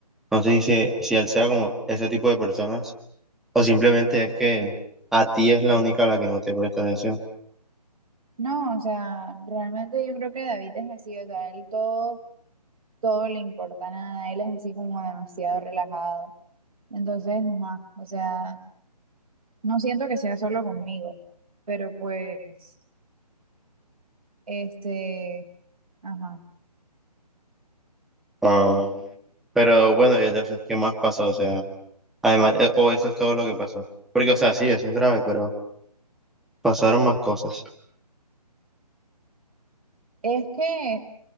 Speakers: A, in the centre; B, on the right.
A: No sé si, si él sea como ese tipo de personas. O simplemente es que a ti es la única a la que no te presta atención.
B: No, o sea, realmente yo creo que David es así, o sea, él todo, todo le importa nada, él es así como demasiado relajado. Entonces, ajá, o sea, no siento que sea solo conmigo, pero pues, este, ajá.
A: Ah, pero bueno, y entonces, ¿qué más pasó? O sea, además, eh, o eso es todo lo que pasó. Porque, o sea, sí, eso es grave, pero pasaron más cosas.
B: Es que,